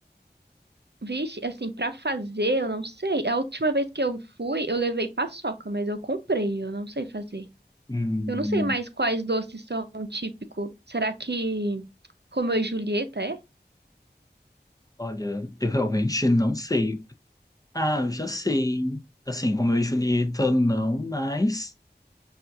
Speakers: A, on the right; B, on the left.
A: Vixe, assim, pra fazer, eu não sei. A última vez que eu fui, eu levei paçoca, mas eu comprei, eu não sei fazer.
B: Hum,
A: Eu não sei mais quais doces são típicos. Será que Romeu e Julieta é?
B: olha, eu realmente não sei. Ah, eu já sei. Assim, Romeu e Julieta, não, mas